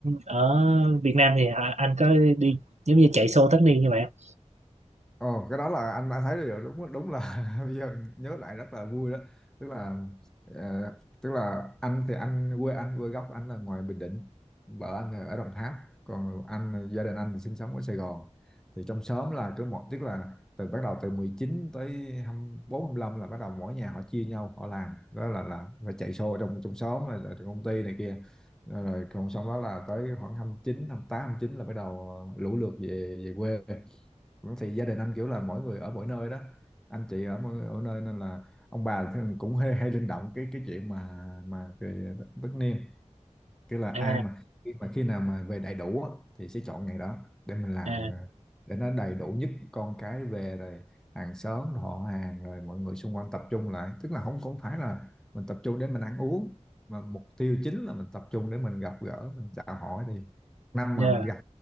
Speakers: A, on the right (about 70°); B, in the centre.
A: ở Việt Nam thì họ- anh có đi giống như chạy xô tất niên như vậy không?
B: Ồ, cái đó là anh anh thấy được đúng đúng là <laughs> bây giờ nhớ lại rất là vui đó tức là ờ, tức là anh thì anh quê anh quê gốc anh là ngoài Bình Định vợ anh là ở Đồng Tháp còn anh gia đình anh thì sinh sống ở Sài Gòn thì trong xóm là cứ một tức là từ bắt đầu từ 19 tới 24 25 là bắt đầu mỗi nhà họ chia nhau họ làm đó là là phải chạy xô trong trong xóm rồi, rồi trong công ty này kia Ờ, rồi còn xong đó là tới khoảng 29 28 29 là bắt đầu lũ lượt về về quê thì gia đình anh kiểu là mỗi người ở mỗi nơi đó anh chị ở mỗi, ở nơi nên là ông bà thì cũng <laughs> hay, hay linh động cái cái chuyện mà mà về tất niên tức là ai
A: à
B: mà khi mà khi nào mà về đầy đủ á, thì sẽ chọn ngày đó để mình làm
A: à
B: ờ, để nó đầy đủ nhất con cái về rồi hàng xóm rồi họ hàng rồi mọi người xung quanh tập trung lại tức là không không phải là mình tập trung để mình ăn uống mà mục tiêu chính là mình tập trung để mình gặp gỡ mình chào hỏi thì năm
A: yeah
B: mà mình gặp